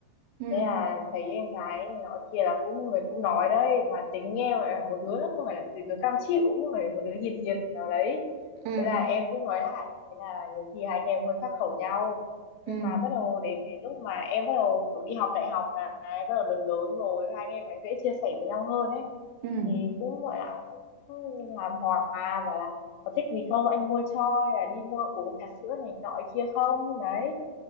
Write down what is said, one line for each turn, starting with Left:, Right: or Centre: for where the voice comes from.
Right: ừ
Left: thế là thấy em gái này nọ kia là cũng người cũng nói đấy mà tính em lại là một đứa nó không phải là đứa cam chịu cũng phải một đứa hiền hiền nào đấy
Right: ừ
Left: thế là em cũng nói lại thế là nhiều khi hai các em hơi khắc khẩu nhau nhưng
Right: ừ
Left: mà bắt đầu đến cái lúc mà em bắt đầu kiểu đi học đại học này bắt đầu lớn lớn rồi hai anh em phải dễ chia sẻ với nhau hơn đấy
Right: ừ
Left: thì cũng gọi là anh cũng làm hòa và là có thích gì không anh mua cho hay là đi mua uống trà sữa này nọ kia không đấy